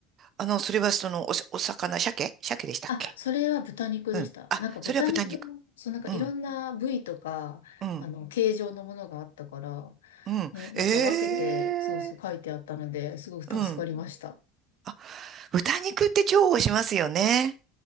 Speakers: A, on the right; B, on the left.
A: あの、それはその、おさ、お魚、鮭鮭でしたっけ
B: あ、それは豚肉でした。
A: うん。あ、
B: なんか豚肉も、
A: それは豚肉。
B: そうなんかいろんな部位とか、
A: うん。うん、
B: あの、形状のものがあったから、
A: うん。
B: ね、なんか分けて、
A: ええ
B: そうそう書いてあったので、すごく助かりました。
A: うん。あ、豚肉って重宝しますよね。